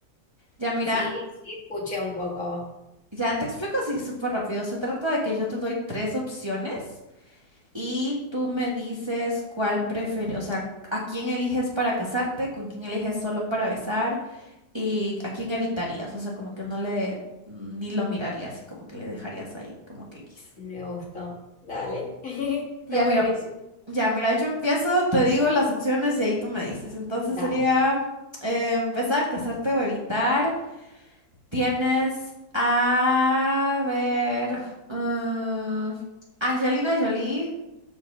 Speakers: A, on the right; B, on the left.
A: Ya, mira,
B: sí, sí, escuché un poco,
A: ya te explico así súper rápido. Se trata de que yo te doy tres opciones y tú me dices cuál prefieres, o sea, a quién eliges para casarte, con quién eliges solo para besar. ¿Y a quién evitarías? O sea, como que no le, ni lo mirarías y como que le dejarías ahí, como que X.
B: me gustó. Dale, <laughs> está
A: Ya,
B: buenísimo.
A: mira, ya, mira, yo empiezo, te digo las opciones y ahí tú me dices. Entonces
B: Dale.
A: sería eh, empezar, casarte o evitar. Tienes a ver, mm, Angelina Jolie,